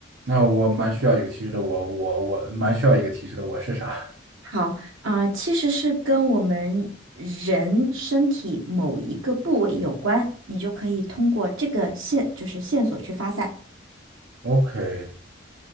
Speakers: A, on the right; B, on the right.
A: 那我蛮需要一个提示的。我我我蛮需要一个提示的。我是啥
B: 好啊，其实是跟我们人身体某一个部位有关，你就可以通过这个线，就是线索去发散，
A: ？OK，